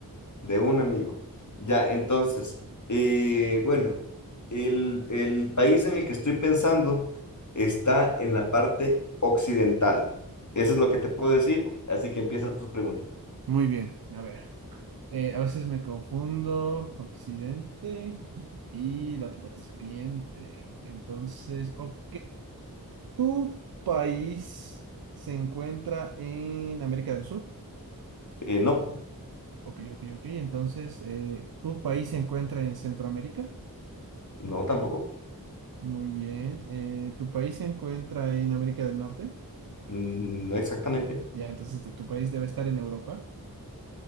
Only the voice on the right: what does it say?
Muy bien, a ver. eh, a veces me confundo Occidente y la otra parte es Oriente. Entonces, ok. ¿Tu país se encuentra en América del Sur?
Ok, ok, ok. Entonces, eh, ¿tu país se encuentra en Centroamérica?
Muy bien. Eh, ¿tu país se encuentra en América del Norte?
Ya, entonces tu país debe estar en Europa.